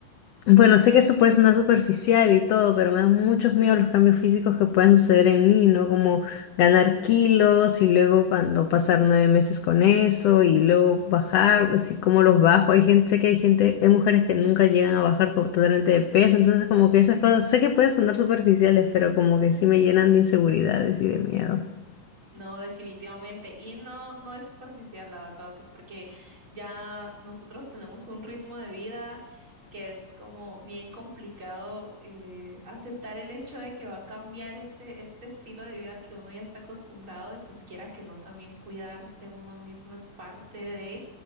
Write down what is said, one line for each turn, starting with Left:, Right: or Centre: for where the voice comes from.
Left: Bueno, sé que eso puede sonar superficial y todo, pero me dan muchos miedos los cambios físicos que pueden suceder en mí, ¿no? Como ganar kilos y luego cuando pasar nueve meses con eso y luego bajar, así como los bajo. Hay gente, sé que hay gente, hay mujeres que nunca llegan a bajar como totalmente de peso, entonces como que esas cosas, sé que pueden sonar superficiales, pero como
Right: <laughs>
Left: que sí me llenan de inseguridades y de miedo.
Right: No, definitivamente. Y no, no es superficial, la verdad, pues porque ya nosotros tenemos un ritmo de vida que es como bien complicado eh, aceptar el hecho de que va a cambiar este, este estilo de vida al que uno ya está acostumbrado y pues quiera que no, también cuidarse uno mismo es parte de